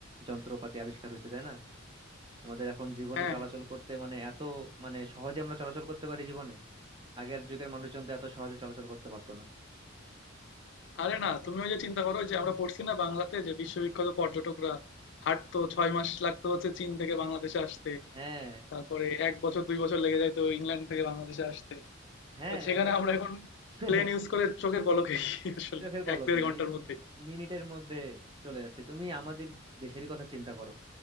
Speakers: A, on the right (about 25°); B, on the left (about 60°).
A: যন্ত্রপাতি আবিষ্কার হয়েছে তাই না আমাদের এখন জীবনে
B: হ্যাঁ
A: চলাচল
B: হ্যাঁ
A: করতে মানে এত মানে সহজে আমরা চলাচল করতে পারি জীবনে আগের যুগের মানুষজন তো এত সহজে চলাচল করতে পারতো না
B: আরে না তুমি ওই যে চিন্তা করো যে
A: হুম।
B: আমরা পড়ছি না বাংলাতে যে বিশ্ববিখ্যাত পর্যটকরা হাঁটতো ছয় মাস লাগতো হচ্ছে চীন থেকে বাংলাদেশে আসতে
A: হ্যাঁ
B: তারপরে এক বছর দুই বছর লেগে যাইতো ইংল্যান্ড থেকে বাংলাদেশে আসতে
A: হ্যাঁ
B: তো সেখানে
A: ওরা
B: আমরা
A: তো
B: এখন
A: <laughs>
B: প্লেন ইউজ করে চোখের পলকেই আসলে
A: চোখের পলকে
B: এক দেড় ঘন্টার
A: মিনি-
B: মধ্যে
A: মিনিটের মধ্যে চলে যাচ্ছে তুমি আমাদের দেশেরই কথা চিন্তা করো